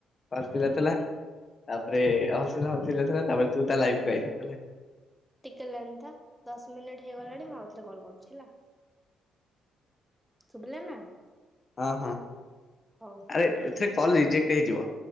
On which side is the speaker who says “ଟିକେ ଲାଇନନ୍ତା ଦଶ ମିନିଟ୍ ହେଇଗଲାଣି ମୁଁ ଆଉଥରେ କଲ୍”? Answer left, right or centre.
Centre